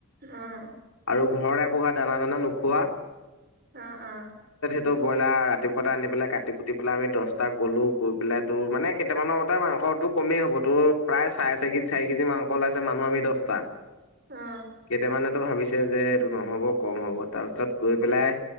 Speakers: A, on the right; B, on the left.
A: আহ
B: ত ঘৰৰে পোহা দানা চানা নোখোৱা।
A: অ অ
B: তো ব্ৰইলাৰ ৰাতিপুৱাতে আনি পেলাই কাটি কুটি পেলাই আমি দহটা গলো গৈ পেলাই তোৰ মানে কেইটামানৰ মতে মাংস। খৰটো কমেই হ'ব তোৰ, প্ৰায় চাৰে চাই চাৰি কেজি মাং খ ওলাইছে মানুহ আমি দহটা,
A: অ
B: কেইটামানেতো ভাবিছে যে টো নহ'ব কম হ'ব, তাৰ পিছত গৈ পেলাই